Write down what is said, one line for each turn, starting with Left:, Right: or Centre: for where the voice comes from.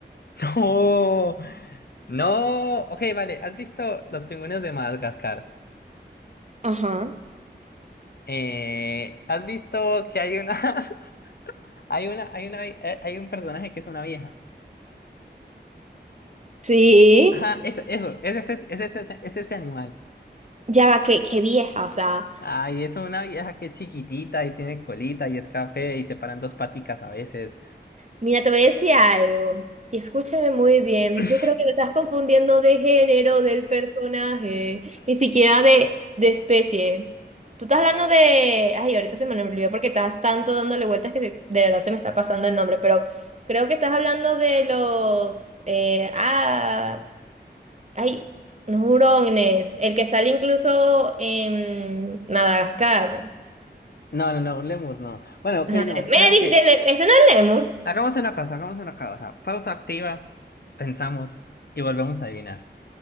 Left: <laughs> No. No. Ok, vale. ¿Has visto los pingüinos de Madagascar?
Right: Ajá.
Left: Eh, ¿has visto que hay una, <laughs> hay una, hay una, eh, hay un personaje que es una vieja?
Right: Sí.
Left: Ajá, eso, eso, es ese, es, ese, es, ese, es ese animal.
Right: Ya va, qué, qué vieja, o sea,
Left: Ay, es una vieja que es chiquitita y tiene colita y es café y se paran dos paticas a veces.
Right: mira, te voy a decir algo y escúchame muy bien.
Left: <laughs>
Right: Yo creo que te estás confundiendo de género del personaje, ni siquiera de, de especie. Tú estás hablando de... Ay, ahorita se me olvidó porque estás tanto dándole vueltas que se- de verdad se me está pasando el nombre, pero creo que estás hablando de los... eh, ah, Ay, hurones. El que sale incluso en Madagascar.
Left: No, no, no, un lemur no. Bueno, ok,
Right: Ajá.
Left: no,
Right: Me
Left: ¿sabes
Right: dijiste,
Left: qué?
Right: le- ¿ese no es Lemur?
Left: Hagamos una cosa, hagamos una cosa. Pausa activa, pensamos y volvemos a adivinar.